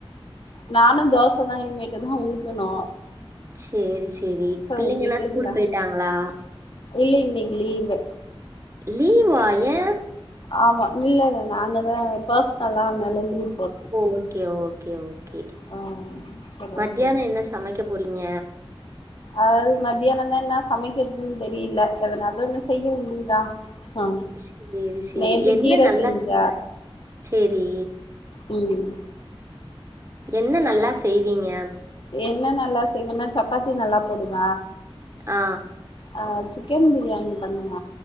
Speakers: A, on the left; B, on the right.
A: நானு தோச தா இனிமேட்டு தா ஊத்தனு
B: சேரி சேரி பிள்ளைங்க
A: ஊத்திட்டு
B: எல்லா ஸ்கூல்
A: இல்ல
B: போயிட்டாங்களா
A: இல்ல இன்னைக்கு லீவு
B: லீவா ஏ
A: ஆமா இல்ல நாங்கதா பர்சனலா அனால லீவு
B: ஓ ஓகே ஓகே ஓகே
A: ஆ செரி
B: மத்தியானோ
A: ஓகே
B: என்ன சமைக்க போறீங்க
A: அதாது மத்தியான தா என்ன சமைக்கிறதுன் தெரியில எதனாது ஒன்னு செய்ய வேண்டியதா ஆ
B: செரி செரி
A: நேத்து
B: என்ன
A: கீர
B: நல்லா
A: செஞ்சே
B: செய் சேரி
A: ம்
B: என்ன நல்லா செய்வீங்க
A: என்ன நல்லா செய்வனா சப்பாத்தி நல்லா போடுவ
B: ஆ
A: அ சிக்கன் பிரியாணி பண்ணுவ